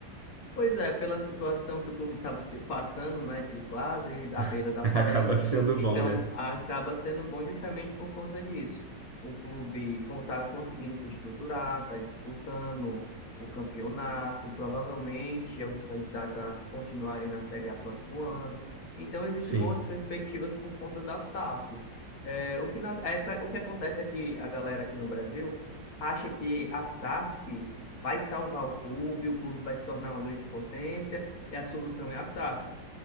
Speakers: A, on the left (about 50°); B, on the right (about 45°).
A: Pois é, pela situação que o clube estava se passando, né, de quase à beira
B: <laughs>
A: da falência,
B: Acaba sendo
A: então
B: bom, né?
A: acaba sendo bom justamente por conta disso. O clube está conseguindo se estruturar, está disputando o campeonato, provavelmente é um dos candidatos a continuarem na Série A próximo ano. Então existem
B: Sim,
A: boas perspectivas por conta da S A F É, o que não- é, o que acontece é que a galera aqui no Brasil acha que a S A F vai salvar o clube, o clube vai se tornar uma grande potência e a solução é a SAF.